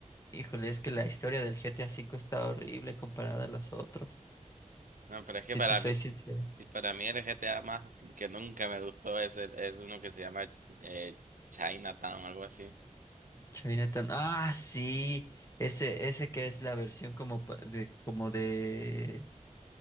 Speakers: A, on the left; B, on the right.
A: Híjole, es que la historia del GTA V está horrible comparada a las otras.
B: No, pero es que
A: Si
B: para
A: te soy
B: mí,
A: sincero.
B: si para mí el GTA más que nunca me gustó es, el- es uno que se llama eh, Chinatown, algo así.
A: El Chinatown. Ah, sí. Ese, ese que es la versión como pa- de, como de,